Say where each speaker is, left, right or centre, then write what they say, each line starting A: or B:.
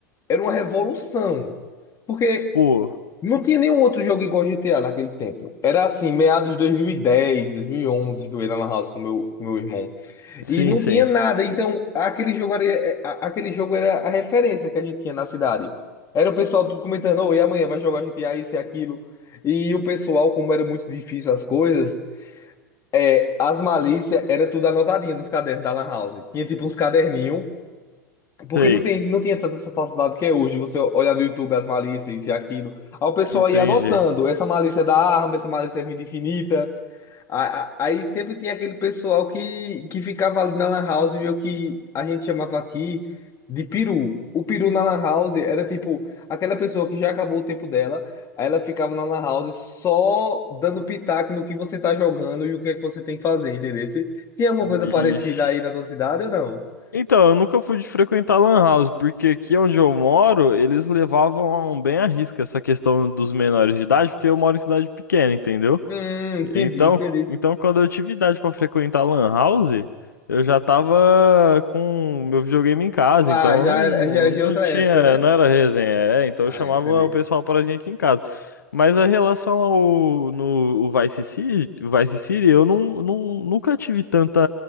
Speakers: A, on the left (about 30°); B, on the left (about 80°).
A: era uma revolução. Porque
B: Pô,
A: não tinha nenhum outro jogo igual GTA naquele tempo. Era assim, meados de 2010, 2011, que eu ia lá na house com meu, com meu irmão.
B: sim,
A: E não
B: sim.
A: tinha nada, então aquele jogo era, é, a- aquele jogo era a referência que a gente tinha na cidade. Era o pessoal tudo comentando, oh, e amanhã vai jogar G T a isso e aquilo. E o pessoal, como era muito difícil as coisas, é, as malícias era tudo anotadinho nos cadernos da Lan House. Tinha tipo uns caderninhos, porque
B: Sei,
A: não tem, não tinha tanta essa facilidade que é hoje, você olhar no YouTube as malícias, isso e aquilo. Aí o pessoal
B: entendi.
A: ia anotando, essa malícia é da arma, essa malícia é vida infinita. A- a- Aí sempre tinha aquele pessoal que, que ficava ali na Lan House, meio que a gente chamava aqui de peru. O peru na Lan House era tipo aquela pessoa que já acabou o tempo dela, aí ela ficava na Lan House só dando pitaco no que você tá jogando e o que é que você tem que fazer, entendeu? Se- Tinha alguma coisa
B: Vixe.
A: parecida aí na tua cidade ou não?
B: Então, eu nunca fui de frequentar Lan House, porque aqui onde eu moro, eles levavam bem à risca essa questão dos menores de idade, porque eu moro em cidade pequena, entendeu?
A: Hum, entendi,
B: Então,
A: entendi.
B: então quando eu tive idade pra frequentar Lan House, eu já tava com meu videogame em casa,
A: Ah,
B: então
A: já,
B: eu não,
A: era- já é de outra
B: não tinha,
A: época, né?
B: não era resenha, é, então
A: Ah,
B: eu chamava
A: entendi.
B: o pessoal para vir aqui em casa. Mas a relação ao no o Vice City, Vice City, eu não, não, nunca tive tanta,